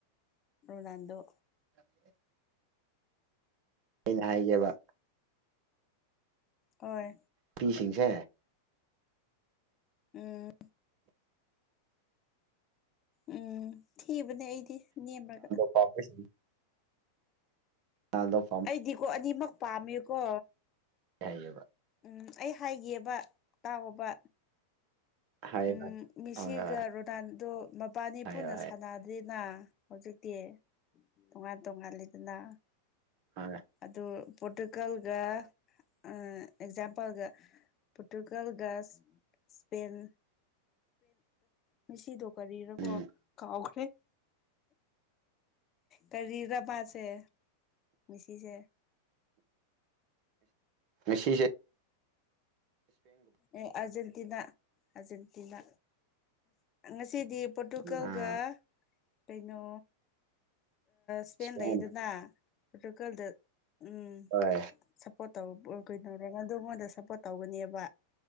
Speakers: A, on the left (about 30°); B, on the right (about 40°).
A: ꯔꯣꯅꯥꯜꯗꯣ꯫
B: ꯑ ꯑꯩꯅ ꯍꯥꯏꯒꯦꯕ
A: ꯍꯣꯏ
B: ꯅꯨꯄꯤꯁꯤꯡꯁꯦ
A: ꯎꯝ ꯎꯝ ꯊꯤꯕꯅꯦ ꯑꯩꯗꯤ ꯅꯦꯝꯃꯒ
B: ꯍꯣꯏ ꯇꯥꯂꯞ
A: ꯑꯩꯗꯤꯀꯣ ꯑꯅꯤꯃꯛ ꯄꯥꯝꯃꯦꯀꯣ
B: ꯊꯕ
A: ꯎꯝ ꯑꯩ ꯍꯥꯏꯒꯦꯕ ꯇꯥꯎꯕ
B: ꯍꯥꯏ
A: ꯎꯝ
B: ꯍꯣꯏ
A: ꯃꯤꯁꯤꯒ
B: ꯍꯣꯏ ꯍꯣꯏ
A: ꯔꯣꯅꯥꯜꯗꯣ ꯃꯕꯥꯅꯤ
B: ꯍꯥꯏꯌꯣ
A: ꯄꯨꯟꯅ
B: ꯍꯥꯏꯌꯣ
A: ꯁꯥꯟꯅꯗ ꯑꯗꯨꯅ ꯍꯧꯖꯤꯛꯇꯤ ꯇꯣꯉꯥꯟ ꯇꯣꯡꯉꯥꯜꯂꯤꯗꯅ
B: ꯑꯥ
A: ꯑꯗꯣ ꯄꯣꯣꯔꯇꯨꯒꯜꯒ ꯑ ꯑꯦꯛꯖꯥꯝꯄꯜꯒ ꯄꯣꯔꯇꯨꯒꯜꯒ ꯁꯄꯦꯟ ꯉꯁꯤꯗꯣ ꯀꯔꯤꯔꯒꯣ
B: ꯎꯝ
A: ꯀꯥꯎꯈ꯭ꯔꯦ ꯀꯔꯤꯗꯄꯥꯁꯦ ꯃꯤꯁꯤꯁꯦ
B: ꯃꯁꯤꯁꯦ
A: ꯑꯦ ꯑꯥꯔꯖꯦꯟꯇꯤꯅꯥ ꯑꯔꯖꯦꯟꯇꯤꯅꯥ ꯉꯁꯤꯗꯤ ꯄꯣꯔꯇꯨꯒꯥꯜꯒ
B: ꯑꯥ
A: ꯀꯩꯅꯣ ꯍꯁꯦꯟ
B: ꯏꯁꯄꯦꯟ
A: ꯏꯅ ꯐꯣꯇꯀꯜꯗ ꯎꯝ
B: ꯍ
A: ꯁꯞꯄꯣꯔꯠ ꯇ ꯀꯩꯅꯧꯔꯗ ꯑꯩꯉꯣꯟꯗ ꯁꯞꯄꯣꯔꯠ ꯇꯧꯒꯅꯦꯕ